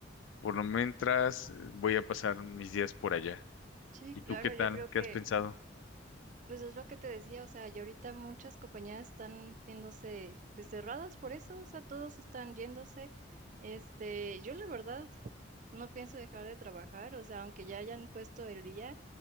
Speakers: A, on the left; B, on the right.
A: Por lo mientras, eh, voy a pasar mis días por allá.
B: Sí,
A: ¿Y
B: claro,
A: tú qué tal?
B: yo creo que
A: ¿Qué has pensado?
B: Pues es lo que te decía, o sea, y ahorita muchas compañías están viéndose pues cerradas por eso, o sea, todos están yéndose. Este, yo la verdad no pienso dejar de trabajar, o sea, aunque ya hayan puesto el día,